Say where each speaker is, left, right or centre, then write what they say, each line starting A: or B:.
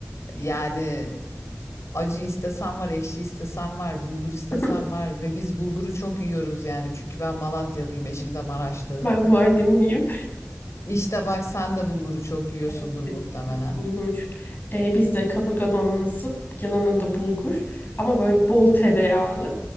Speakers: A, on the left; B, on the left.
A: yani acı istesem var, ekşi istesem var, bulgur istesem
B: <laughs> Hı,
A: var ve biz bulguru çok yiyoruz yani. Çünkü ben Malatyalıyım, eşim de Maraşlı.
B: Ben Mardinliyim.
A: İşte bak sen de bulguru çok yiyorsundur
B: Evet.
A: muhtemelen.
B: Biz, biz bulgur. Ee, bizde kaburga dolması yanına da bulgur. Ama böyle bol tereyağlı.